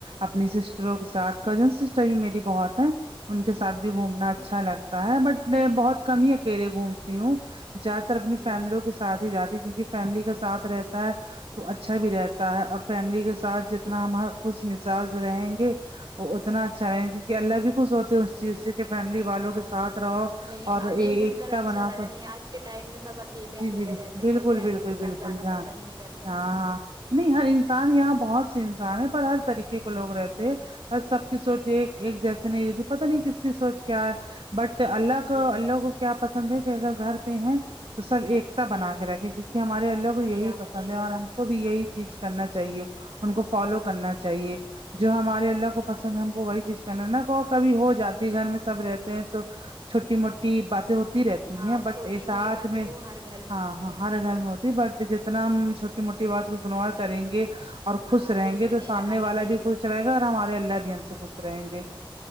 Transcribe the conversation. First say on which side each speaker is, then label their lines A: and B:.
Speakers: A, on the right; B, on the right.
A: اپنی سسٹروں کے ساتھ کزن سسٹر بھی میری بہت ہیں ان کے ساتھ بھی گھومنا
B: جی
A: اچھا لگتا ہے بٹ میں بہت کم ہی اکیلے گھومتی ہوں جیادہ تر
B: جی
A: سیم لوگ ساتھ ہی جاتی کیونکہ فیملی کا ساتھ رہتا ہے تو اچھا بھی رہتا ہے اور فیملی کے سا ساتھ جتنا
B: جی
A: ہم خوش مزاج رہیں گے وہ اتنا اچھا رہیں گا کیونکہ اللہ بھی خوش ہوتے ہیں اس چیز سے کے فیملی والوں
B: ہاں
A: کے ساتھ رہو
B: نہیں
A: اور
B: آ-
A: ایکتا
B: یہ سن کر اچھا
A: بنا
B: لگا
A: کر
B: نہیں آج کے ٹائم میں سب اکیلے اکیلے
A: جی جی
B: رہتے
A: بالکل
B: کوئی فیملی
A: بالکل
B: کے ساتھ
A: بالکل
B: جانا
A: ہاں
B: پسند نہیں کرنا
A: ہاں نہیں ہر انسان یہاں بہت سے انسان ہے پر ہر طریقے کے لوگ رہتے
B: جی
A: ہیں اورر سب کی سوچ ایک ایک جیسے نہیں رہتی پتا نہیں کس کی سوچ کیا ہے بٹ اللہ کو
B: جی
A: اللہ کو کیا پسند ہے کہ اگر گھر پہ ہے تو سب ایک تا بنا
B: جی
A: کے رکھے کیونکہ ہمارے اللہ کو
B: جی
A: یہی
B: آپ
A: پسند
B: نے صحیح
A: ہے
B: بولا
A: اور ہم کو بھی یہی چیز کرنا چاہیے ان کو فالو کرنا چاہیے جو ہمارے اللہ کو پسند ہے ہم کو وہی چیز کرنا ہے نا کو کبھی ہو
B: جی
A: جاتی گھر میں سب رہتے ہیں تو چھوٹی موٹی باتیں ہوتی رہتی
B: ہاں
A: ہے بٹ
B: چھوٹی
A: ساتھ
B: موٹی باتیں
A: میں
B: تو وہ ہر گھر میں
A: ہاں
B: ہوتی
A: ہاں
B: ہے
A: ہر گھر میں ہوتی بٹ جتنا ہم چھوٹی موٹی بات کو اگنور کریں گے اور
B: ہاں
A: خوش رہیں
B: دل
A: گے
B: سے
A: تو
B: نہیں
A: سامنے
B: لگانا
A: والا
B: چاہیے
A: بھی خوش رہے گا اور ہمارے اللہ بھی ہم سے خوش رہیں گے